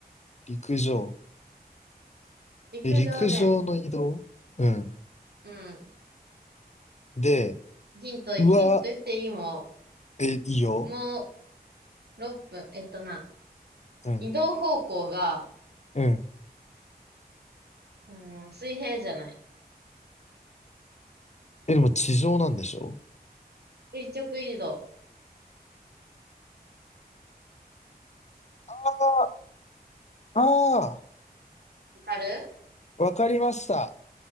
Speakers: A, on the left (about 45°); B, on the right (about 75°).
A: 陸上。
B: 陸上で、
A: え、陸上の移動うん。
B: うん。
A: で、
B: ヒント、
A: うわ、
B: ヒント言っていいも
A: え、いいよ。
B: ん。もう6分。えっとな、
A: うん。
B: 移動方向が
A: うん。
B: うん、水平じゃない。
A: え、でも地上なんでしょ
B: 垂直移動。
A: ああ、ああ
B: わかる
A: ー、わかりました。